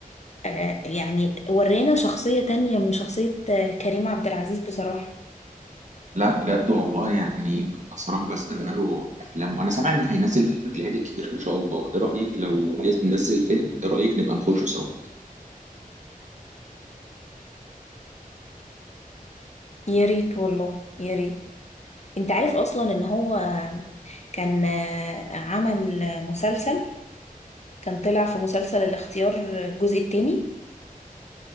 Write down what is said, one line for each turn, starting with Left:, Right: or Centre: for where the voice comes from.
Left: آه يعني ورينا شخصية تانية من شخصية آه، كريم عبد العزيز بصراحة
Right: لا بجد والله يعني انا صراحه بستنى له افلام وانا سامع ان هينزل فيلم في العيد الكبير ان شاء الله ايه رايك لو نز- ننزل فيلم ايه رايك نبقى نخشه سوا
Left: يا ريت والله يا ريت انت عارف اصلا ان هو كان آه، عمل مسلسل كان طلع في مسلسل الاختيار الجزء التاني